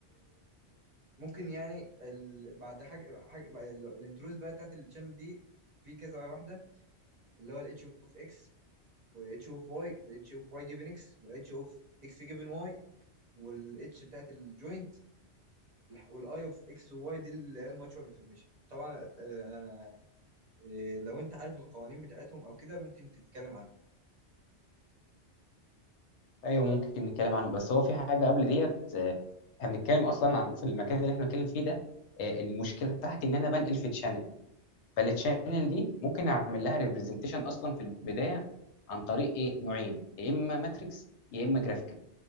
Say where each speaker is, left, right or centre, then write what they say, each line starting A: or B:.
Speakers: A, on the right; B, on the left.
A: ممكن يعني ال... بعد حاجه حاجه بقى الانتروز بقى بتاعت التشانل دي في كذا واحده اللي هو الاتش اوف اكس والاتش اوف واي والاتش اوف واي جيفن اكس والاتش اوف اكس جيفن واي والاتش بتاعت الجوينت والاي اوف اكس وواي دي اللي هي الماتشوال انفورميشن طبعا انا إيه، لو انت عارف القوانين بتاعتهم او كده ممكن تتكلم عنها
B: ايوه ممكن نتكلم عنه بس هو في حاجه قبل ديت آه، احنا بنتكلم اصلا عن في المكان اللي احنا بنتكلم فيه ده آه، المشكله بتاعتي ان انا بنقل في تشانل فالتشانل دي ممكن اعمل لها ريبريزنتيشن اصلا في البدايه عن طريق ايه نوعين يا اما ماتريكس يا اما جرافيك